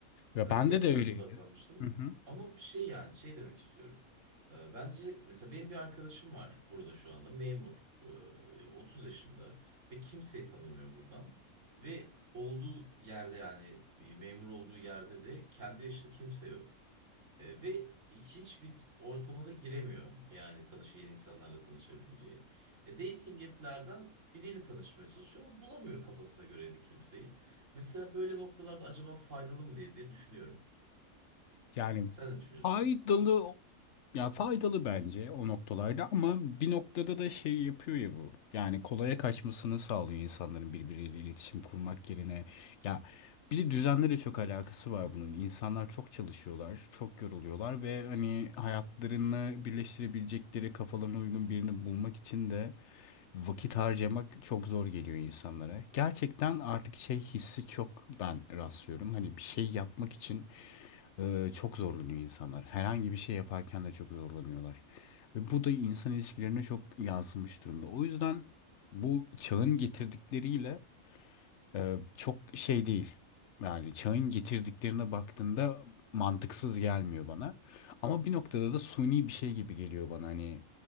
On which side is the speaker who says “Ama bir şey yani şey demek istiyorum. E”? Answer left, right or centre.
Right